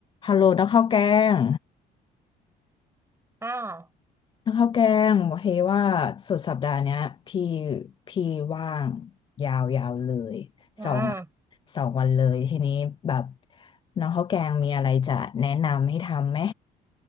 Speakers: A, on the left (about 30°); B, on the right (about 15°).
A: ฮัลโหลนักข้าวแกง
B: อ่า
A: นักข้าวแกงโอเคว่าสุดสัปดาห์เนี้ยพี่พี่ว่างยาวยาวเลยสอง
B: อ่า
A: สองวันเลยทีนี้แบบน้องข้าวแกงมีอะไรจะแนะนำให้ทำไหม